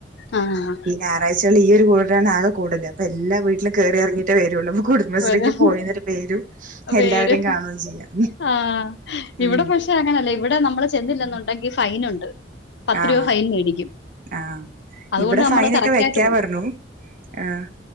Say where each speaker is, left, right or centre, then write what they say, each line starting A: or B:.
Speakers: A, on the left (about 65°); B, on the right (about 45°).
A: ആഹ്
B: ഞായാഴ്ചകളിൽ ഈ ഒരു കൂടൽ ആണ് ആകെ കൂടല് അപ്പ എല്ലാ വീട്ടിലും കേറി ഇറങ്ങീട്ടേ വരുള്ളൂ കുടുംബശ്രീക്ക്
A: വരും
B: പോയിന്നോരു പേരും
A: പേര്
B: എല്ലാവരെയും കാണും ചെയ്യാം
A: ആഹ് ഇവിടെ
B: ഉം
A: പക്ഷെ ത്തേ അങ്ങനല്ല ഇവിടെ നമ്മള് ചെന്നി ല്ലന്നുണ്ടെങ്കിൽ
B: ഉം.
A: ഫൈൻ ഉണ്ട് പത്ത്
B: ആഹ്
A: രൂപ ഫൈൻ മേടിക്കും
B: ആഹ്
A: അതുകൊണ്ട്
B: ഇവിടെ
A: നമ്മള്
B: ഫൈനൊക്കെ
A: കറക്റ്റ്
B: വെക്കാ
A: ആയിട്ട് പോകും
B: പറഞ്ഞു ആഹ്